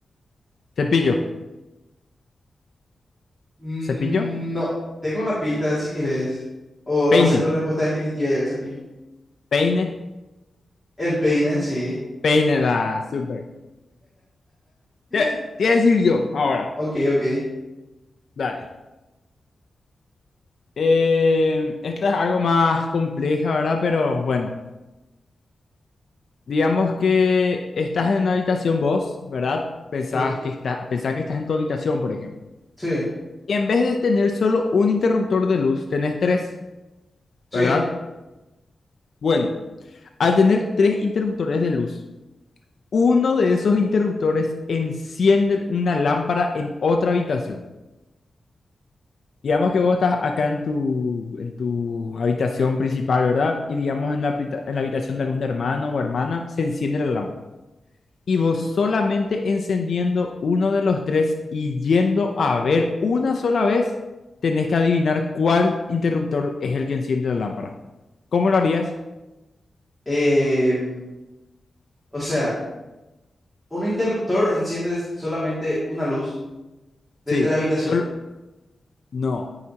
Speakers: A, on the left; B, in the centre.
A: Cepillo.
B: Mm,
A: Cepillo.
B: No, tengo una pista si querés. O va
A: Peine.
B: a ser tu respuesta definitiva ya el cepillo.
A: Peine.
B: El peine, sí.
A: Peine. Da. Súper.
B: <gasps>
A: ¿Qué qué decir yo ahora?
B: Ok, ok.
A: Dale. Eh, esta es algo más compleja, ¿verdad? Pero bueno. Digamos que estás en una habitación vos, ¿verdad? Pensás
B: Sí,
A: que, está, pensás que estás en tu habitación, por ejemplo.
B: sí,
A: Y en vez de tener solo un interruptor de luz, tenés tres,
B: sí.
A: ¿verdad? Bueno, al tener tres interruptores de luz uno de esos interruptores enciende una lámpara en otra habitación. Digamos que vos estás acá en tu, en tu habitación principal, ¿verdad? Y digamos en la, habita- en la habitación de algún hermano o hermana, se enciende la lámpara. Y vos solamente encendiendo uno de los tres y yendo a ver una sola vez, tenés que adivinar cuál interruptor es el que enciende la lámpara. ¿Cómo lo harías?
B: Em, o sea, un interruptor enciende solamente una luz de
A: Sí,
B: tres habitaciones.
A: Solo... No,